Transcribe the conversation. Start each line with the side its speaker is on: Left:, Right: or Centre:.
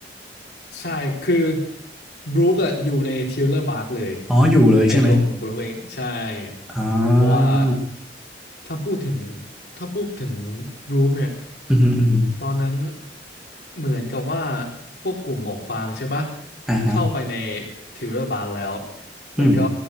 Left: ใช่ คือ บรูคอะอยู่ในทิวเลอร์บาร์กเลย
Centre: อ๋ออยู่เลยใช่ไหม
Left: ไอตัวของบรูคเอง ใช่
Centre: อ่
Left: เพราะว่า
Centre: า
Left: ถ้าพูดถึง ถ้าพูดถึงบรูคเนี่ย
Centre: อือฮึอือฮึ
Left: ตอนนั้นเหมือนกับว่าพวกกลุ่มหมวกฟางใช่ปะ
Centre: อ่าฮะ
Left: เข้าไปในทิวเรอร์บางแล้วแล้วก็
Centre: อืม